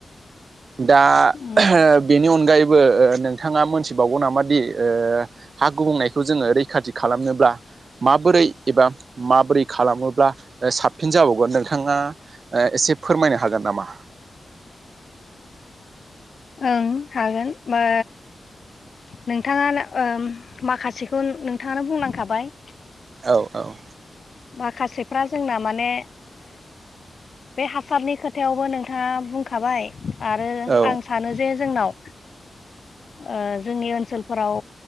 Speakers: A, on the right; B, on the left.
A: दा
B: उम
A: बेनि अनगायैबो नोंथाङा मोनथिबावगौ नामा दि हा गुबुंनायखौ जोङो रैखाथि खालामनोब्ला माबोरै एबा माबोरै खालामोब्ला साबसिन जाबावगोन नोंथाङा ओ एसे फोरमायनो हागोन नामा
B: ओं हागोन मा नोंथाङा ओ माखासेखौ नोंथाङानो बुंनांखाबाय
A: औ औ
B: माखासेफ्रा जोंना माने बे हासारनि खोथायावबो नोंथाङा बुंखाबाय आरो
A: औ
B: आं सानो जे जोंनाव ओ जोंनि ओनसोलफोराव